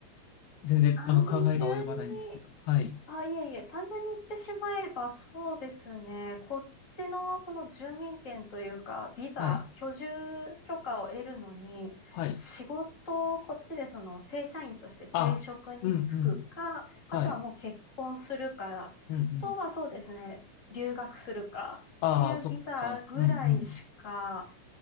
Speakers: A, on the left (about 80°); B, on the left (about 25°).
A: 全然あの考えが及ばないんですけど。
B: 単純に
A: はい、
B: あ、いえいえ、単純に言ってしまえばそうですね。こっちのその住民権というか、ビザ、
A: はい、
B: 居住許可を得るのに、
A: はい。
B: 仕事をこっちでその正社員として定職に就くか、
A: あ、うんうん、はい、
B: あとはもう結婚するか、あとはそうですね、
A: うんうん。
B: 留学するかっていうビザぐらいしか、
A: ああ、そっか、うんうん。